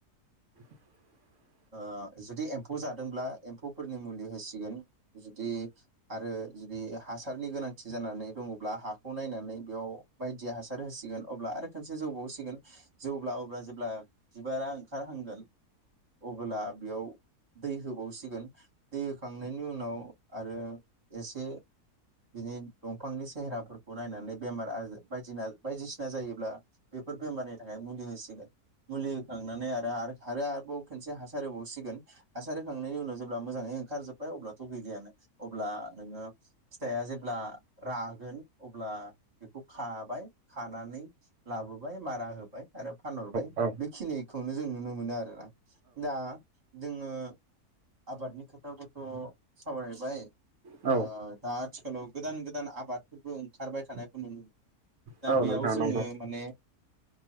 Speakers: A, on the right; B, on the right.
A: <inaudible>
B: आ जुदि एम्फौ जादोंब्ला एम्फौफोरनि मुलि होसिगोन जुदि आरो जुदि हासारनि गोनांथि जानानै दङ'ब्ला हाखौ नायनानै बेयाव बायदि हासार होसिगोन अब्ला आरो खनसे जौबावसिगोन जौब्ला अब्ला जेब्ला बिबारा ओंखारहांगोन अबोला बेयाव दै होबावसिगोन दै होखांनायनि उनाव आरो एसे बिनि दंफांनि सेहेराफोरखौ नायनानै बेमार आजार बायदिना बायदिसिना जायोब्ला बेफोर बेमारनि थाखाय मुलि होसिगोन। मुलि होखांनानै आरो आरो आरोबाव खनसे हासार होबावसिगोन हासार होखांनायनि उनाव जेब्ला मोजाङै ओंखारजोब्बाय अब्लाथ' गैलियानो अब्ला नोङो फिथाया जेब्ला रागोन अब्ला बेखौ खाबाय खानानै लाबोबाय मारा होबाय आरो फानहरबाय
A: औ
B: बेखिनिखौनो जों नुनो मोनो आरोना दा जोङो आबादनि खोथाखौथ' सावरायबाय
A: औ
B: आ दा आथिखालाव गोदान गोदान आबादफोरबो ओंखारबाय थानायखौ नुनो मोनो। दा
A: औ
B: बेयाव
A: नोंथां
B: जोंङो
A: नंगौ
B: माने